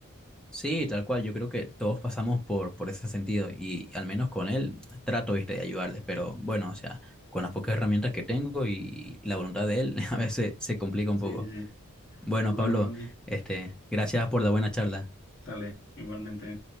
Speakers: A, in the centre; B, on the left.
A: Sí, tal cual. Yo creo que todos pasamos por, por ese sentido y al menos con él trato, viste, de ayudarle. Pero bueno, o sea, con las pocas herramientas que tengo y la voluntad de él, <laughs> a veces se complica un
B: Sí,
A: poco.
B: sí, sí.
A: Bueno,
B: Pues bueno,
A: Pablo,
B: Randy,
A: este, gracias por la buena charla.
B: sale igualmente.